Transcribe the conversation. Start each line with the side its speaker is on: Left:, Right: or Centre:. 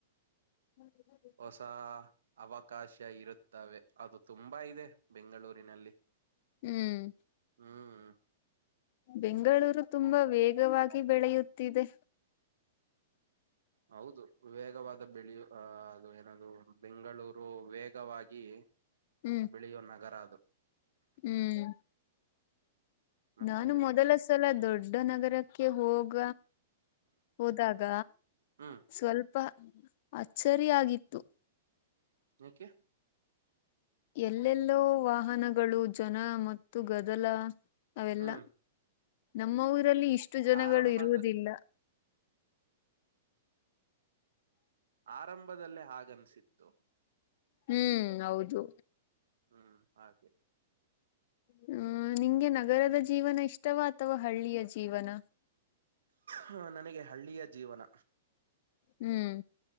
Left: ಹೌ ಹ
Right: ಹೊಸ ಅವಕಾಶ ಇರುತ್ತವೆ ಅದು ತುಂಬಾ ಇದೆ ಬೆಂಗಳೂರಿನಲ್ಲಿ
Left: ಹ್ಮ್
Right: ಹ್ಮ್
Left: ಬೆಂಗಳೂರು ತುಂಬಾ ವೇಗವಾಗಿ ಬೆಳೆಯುತ್ತಿದೆ
Right: ಹೌದು ವೇಗವಾದ ಬೆಳೆಯು ಅ ಅದು ಏನದು ಬೆಂಗಳೂರು ವೇಗವಾಗಿ
Left: ಹ್ಮ್
Right: ಬೆಳೆಯೋ ನಗರ ಅದು
Left: ಹ್ಮ್
Right: ಮತ್ತೆ
Left: ನಾನು
Right: ಹೇಳಿ
Left: ಮೊದಲ ಸಲ ದೊಡ್ಡ ನಗರಕ್ಕೆ ಹೋಗ ಹೋದಾಗ
Right: ಹ್ಮ್
Left: ಸ್ವಲ್ಪ ಅಚ್ಚರಿ ಆಗಿತ್ತು
Right: ಓಕೆ
Left: ಎಲ್ಲೆಲ್ಲೋ ವಾಹನಗಳು ಜನ ಮತ್ತು ಗದಲ ಅವೆಲ್ಲ
Right: ಹ್ಮ್
Left: ನಮ್ಮ ಊರಲ್ಲಿ ಇಷ್ಟು ಜನಗಳು
Right: ಆರಂಭದ
Left: ಇರುವುದಿಲ್ಲ
Right: ಆರಂಭದಲ್ಲೇ ಹಾಗನ್ಸತ್ತು
Left: ಹ್ಮ್ ಹೌದು
Right: ಹ್ಮ್ ಹಾಗೆ
Left: ಹ್ಮ ನಿಂಗೆ ನಗರದ ಜೀವನ ಇಷ್ಟವಾ ಅಥವಾ ಹಳ್ಳಿಯ ಜೀವನ
Right: ಹ ನನಗೆ ಹಳ್ಳಿಯ ಜೀವನ
Left: ಹ್ಮ್